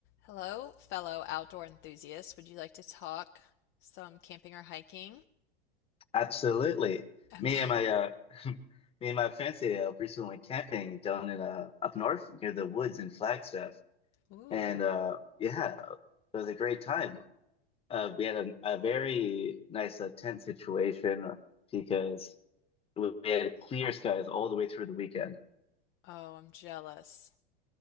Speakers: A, on the left; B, on the left.
A: Hello, fellow outdoor enthusiasts. Would you like to talk some camping or hiking?
B: Absolutely.
A: Okay.
B: Me and my uh, <laughs> me and my fiance uh, recently went camping down in uh, up north near the woods in Flagstaff,
A: Ooh.
B: and uh, yeah, it was a great time. Uh, we had a, a very nice uh, tent situation because we had clear skies all the way through the weekend.
A: Oh, I'm jealous.